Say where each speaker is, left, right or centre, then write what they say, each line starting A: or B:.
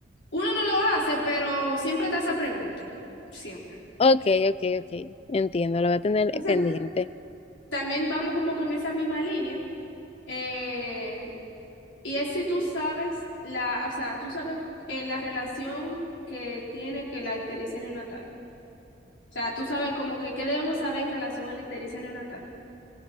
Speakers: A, on the left; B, on the left.
A: Uno no lo hace, pero siempre te hace esa pregunta, siempre.
B: ok, ok, ok. Entiendo, lo voy a tener
A: Entonces,
B: pendiente.
A: también vamos como con esa misma línea. eh, Y es si tú sabes la, o sea, tú sabes eh, la relación que tiene que la ictericia neonatal. O sea, tú sabes como que qué debemos saber en relación a la ictericia neonatal.